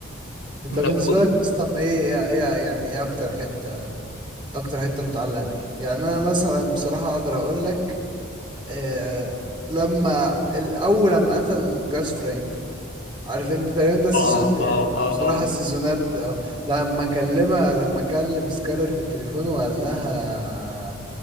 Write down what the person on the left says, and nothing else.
لو
كنت
اه
اه اه
اه